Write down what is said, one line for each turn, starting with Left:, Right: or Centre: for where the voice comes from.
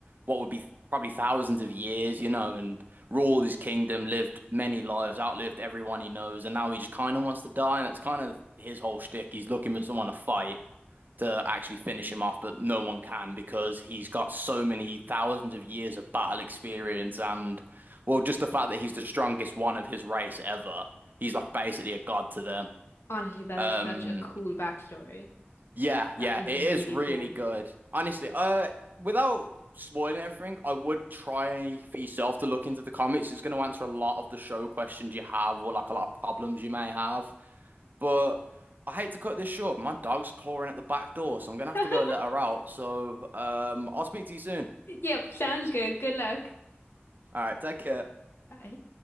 Right: what would be probably thousands of years, you know, and ruled his kingdom, lived many lives, outlived everyone he knows, and now he just kind of wants to die. And it's kind of his whole shtick. He's looking for someone to fight to actually finish him off, but no one can because he's got so many thousands of years of battle experience. And well, just the fact that he's the strongest one of his race ever, he's like basically a god to them.
Left: Honestly, that
Right: Um,
Left: is such a cool backstory.
Right: yeah, yeah,
Left: That is
Right: it
Left: really
Right: is really
Left: cool.
Right: good. Honestly, uh, without spoiling everything, I would try for yourself to look into the comics. It's going to answer a lot of the show questions you have, or like a lot of problems you may have. But I hate to cut this short. My dog's clawing at the back door, so I'm gonna have
Left: <laughs>
Right: to go let her out. So, um, I'll speak to you soon.
Left: Yep, sounds good. Good luck.
Right: All right, take care.
Left: Bye.